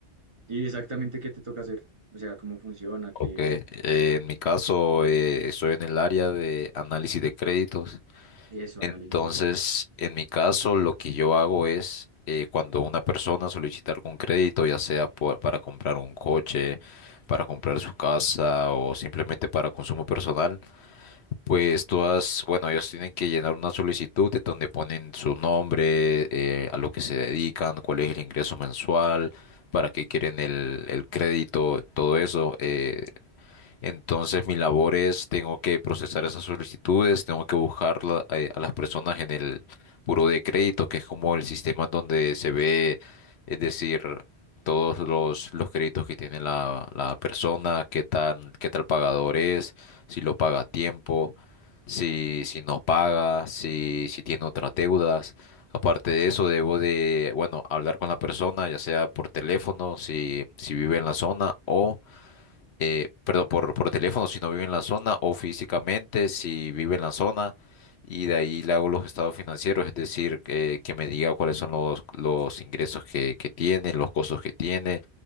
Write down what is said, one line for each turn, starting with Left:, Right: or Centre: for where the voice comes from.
Right: Y exactamente qué te toca hacer, o sea, cómo funciona,
Left: Ok,
Right: qué,
Left: eh, en mi caso eh, estoy en el área de análisis de créditos.
Right: eso,
Left: Entonces,
Right: análisis de crédito.
Left: en mi caso, lo que yo hago es eh, cuando una persona solicita algún crédito, ya sea por- para comprar un coche, para comprar su casa o simplemente para consumo personal, pues todas, bueno, ellos tienen que llenar una solicitud en donde ponen su nombre, eh, a lo que se dedican, cuál es el ingreso mensual, para qué quieren el, el crédito, todo eso. eh, entonces, mi labor es, tengo que procesar esas solicitudes, tengo que buscar la- eh, a las personas en el buro de crédito, que es como el sistema donde se ve, es decir, todos los, los créditos que tiene la, la persona, qué tan, qué tal pagador es, si lo paga a tiempo, si, si no paga, si, si tiene otras deudas. Aparte de eso, debo de, bueno, hablar con la persona, ya sea por teléfono, si, si vive en la zona, o eh, perdón, por, por teléfono si no vive en la zona o físicamente si vive en la zona y de ahí le hago los estados financieros, es decir, que, que me diga cuáles son los, los ingresos que, que tiene, los costos que tiene,